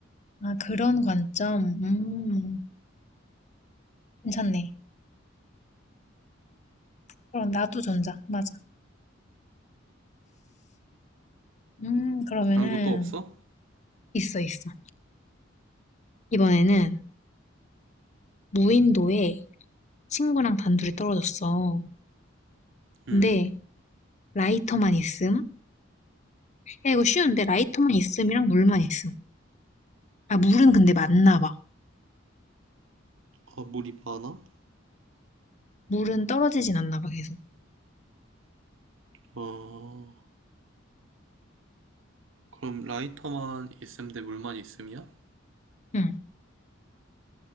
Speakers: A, on the left; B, on the right.
A: 아, 그런 관점? 음, 괜찮네. 그럼 나도 전자. 맞아. 음, 그러면은,
B: 다른 것도 없어?
A: 있어, 있어. 이번에는 무인도에 친구랑 단둘이 떨어졌어.
B: 음,
A: 근데 라이터만 있음? 야, 이거 쉬운데 라이터만 있음이랑 물만 있음. 아, 물은 근데 맞나 봐.
B: 아, 물이 많아?
A: 물은 떨어지진 않나 봐, 계속.
B: 어... 그럼 라이터만 있음 대 물만 있음이야?
A: 응.